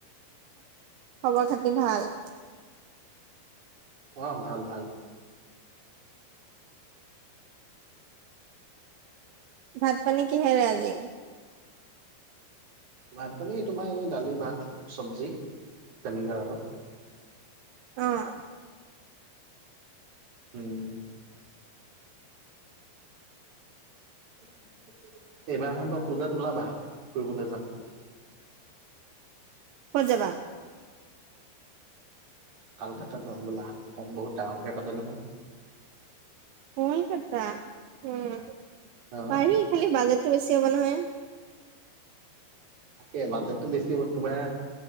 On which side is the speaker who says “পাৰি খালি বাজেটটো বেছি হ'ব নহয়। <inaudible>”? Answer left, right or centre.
Right